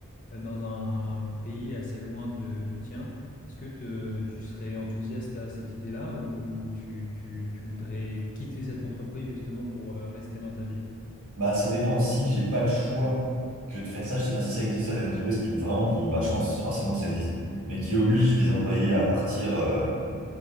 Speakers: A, on the left; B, on the right.
A: euh, dans un pays assez loin de- du tien. Est-ce que te- tu serais enthousiaste à cette idée-là ou tu, tu- tu voudrais quitter cette entreprise justement pour euh, rester dans ta ville?
B: Bah, ça dépend. Si j'ai pas le choix que de faire ça, je sais pas si ça existe à des entreprises qui vraiment, qui, bah, je pense forcément que ça existe, mais qui obligent les employés à partir, euh,